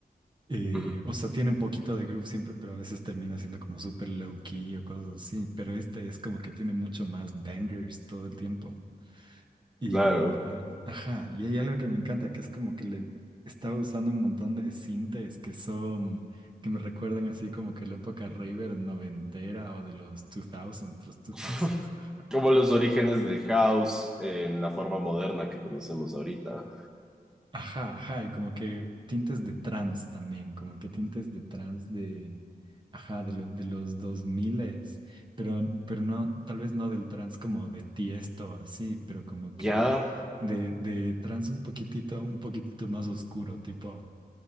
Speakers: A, on the right; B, in the centre.
A: Eh,
B: Ujú.
A: o sea, tiene un poquito de groove siempre, pero a veces termina siendo como súper low key o cosas así, pero este es como que tiene mucho más bangers todo el tiempo. Y,
B: Claro.
A: ah, ajá, y hay algo que me encanta, que es como que le estaba usando un montón de sintes que son, que me recuerdan así como que la época raver noventera o de los 2000s, los
B: <laughs>
A: 2000s, ajá.
B: como los orígenes del house en la forma moderna que conocemos ahorita.
A: Ajá, ajá, y como que tintes de trans también, como que tintes de trans de, ajá, de, lo- de los dos s pero, pero no, tal vez no del trans como de Tiesto así, pero como
B: Ya,
A: que de, de trans un poquitito, un poquitito más oscuro, tipo...